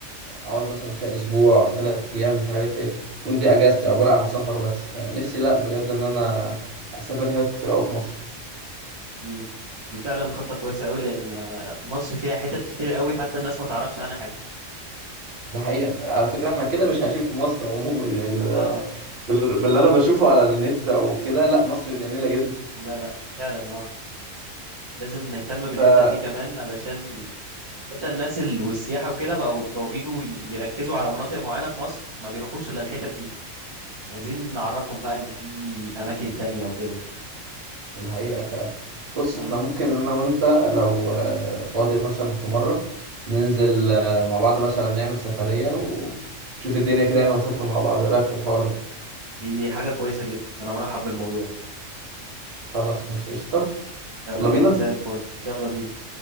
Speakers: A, on the right (about 55°); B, on the right (about 30°).
A: اقعد مثلا فيها اسبوع ثلاث ايام مش عارف ايه تكون دي اجازتي عباره عن سفر بس آه، نفسي لا بجد ان انا
B: مم.
A: اسافر حتت كتير قوي في مصر
B: مم. دي فعلا خطة كويسة قوي لأن آه، مصر فيها حتت كتير قوي حتى الناس ما تعرفش عنها حاجة
A: ده حقيقه على فكره احنا كده مش عايشين في مصر عموما يعني ده
B: اه
A: باللي باللي انا بشوفه على النت او كده لا مصر جميله
B: لا لا فعلا اه لازم نهتم بالحتت
A: جدا
B: دي كمان علشان حتى الناس ال... والسياحة وكده بقوا بقوا بيجوا يركزوا على مناطق معينة في مصر ما بيروحوش إلا الحتت دي عايزين نعرفهم بقى إن في أماكن تانية وكده
A: دي حقيقة فعلا بص
B: مم.
A: احنا ممكن انا وانت لو آه، فاضي مثلا في مرة ننزل
B: مم.
A: آه، مع بعض مثلا نعمل سفرية ونشوف الدنيا كده يعني ونسافر مع بعض ايه رأيك في الحوار ده
B: دي حاجة كويسة جدا أنا مرحب بالموضوع
A: خلاص ماشي قشطة
B: تمام
A: يلا بينا
B: زي الفل يلا بينا